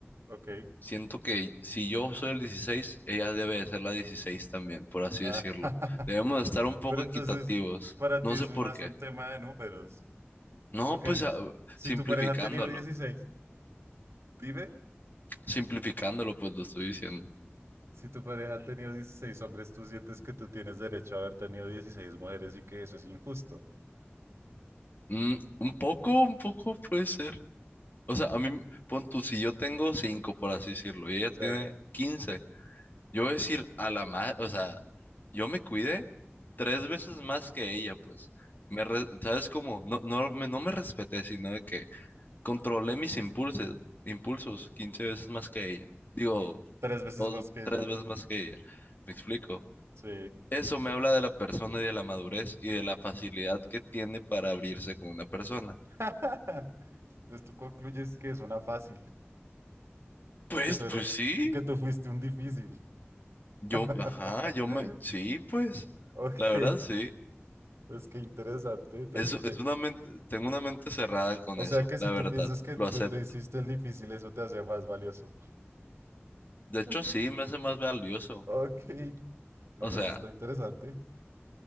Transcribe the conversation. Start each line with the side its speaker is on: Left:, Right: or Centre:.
Right: Ok.
Left: siento que si yo soy el 16, ella debe de ser la 16 también, por así
Right: Ah,
Left: decirlo.
Right: <laughs>
Left: Debemos de estar un poco
Right: Pero entonces,
Left: equitativos,
Right: para
Left: no
Right: ti es
Left: sé por
Right: un- más
Left: qué.
Right: un tema de números,
Left: No,
Right: porque
Left: pues ah,
Right: si
Left: simplificándolo,
Right: tu pareja ha tenido dieciséis dime,
Left: simplificándolo, pues lo estoy diciendo.
Right: Si tu pareja ha tenido 16 hombres, tú sientes que tú tienes derecho a haber tenido 16 mujeres y que eso es injusto.
Left: Mm, un poco, un poco puede ser. O sea, a mí, pon tú, si yo tengo 5, por así decirlo, y ella
Right: Sí,
Left: tiene... 15. Yo voy a decir a la madre, o sea, yo me cuidé tres veces más que ella, pues. Me re- ¿sabes cómo? No, no, me, no me respeté, sino de que controlé mis impulsos, impulsos 15 veces más que ella. Digo,
Right: tres veces
Left: dos,
Right: más que
Left: tres
Right: ella.
Left: veces más que ella. ¿Me explico?
Right: Sí.
Left: Eso me habla de la persona y de la madurez y de la facilidad que tiene para abrirse con una persona.
Right: <laughs> Entonces tú concluyes que es una fácil
Left: Pues,
Right: y que tú eres
Left: pues sí.
Right: y que tú fuiste un difícil.
Left: Yo,
Right: <laughs>
Left: ajá, yo me, sí, pues.
Right: Ok,
Left: La verdad, sí.
Right: pues qué interesante. te-
Left: Es,
Right: te-
Left: es una men- tengo una mente cerrada con
Right: O
Left: eso,
Right: sea que
Left: la
Right: si tú
Left: verdad,
Right: piensas que
Left: lo
Right: tú
Left: acepto.
Right: te hiciste el difícil, eso te hace más valioso.
Left: De hecho,
Right: <laughs>
Left: sí, me hace más valioso.
Right: Ok, no,
Left: O
Right: pues
Left: sea,
Right: está interesante.